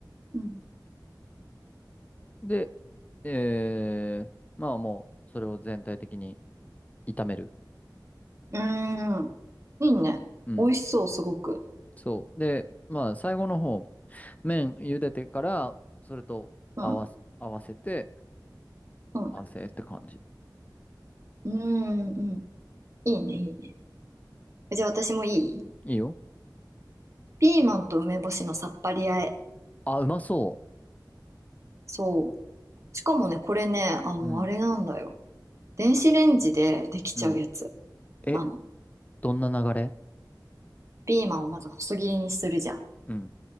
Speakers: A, on the right; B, on the left.
A: うん。
B: で、えー、まあもう、それを全体的に炒める。
A: うーん。いいね。
B: うん。
A: 美味しそう、すごく。
B: そう。で、まあ、最後の方、麺茹でてから、それと合わせ、
A: うん。
B: 合わせて、
A: うん。
B: 完成って感じ。
A: うーん。うん。いいね、いいね。じゃあ私もいい
B: いいよ。
A: ピーマンと梅干しのさっぱり和え。
B: あ、うまそ
A: そう。しかもね、これね、あの、
B: う。うん。
A: あれなんだよ。電子レンジでできちゃうやつ
B: うん。え、
A: なの。
B: どんな流れ
A: ピーマンをまず細切りにするじゃん。
B: うん。